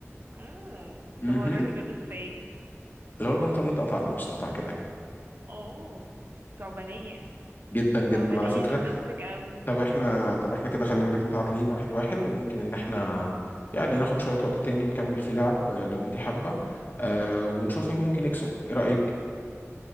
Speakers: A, on the right; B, on the left.
A: اوه
B: امم
A: طب هو الراجل بيلبسه في ايه
B: اللي هو البنطلون اتقطع لا مش اتقطع كده يعني.
A: اوه ثعبانية
B: جدا جدا
A: الصعبانية
B: على فكره
A: دي توكسيك قوي
B: طب احنا طب احنا كده خلي بالك متعادلين واحد واحد وممكن ان احنا يعني ناخد شويه وقت تاني نكمل في لعب آه، لو انت حابه آه ونشوف مين ممكن يكسب ايه رايك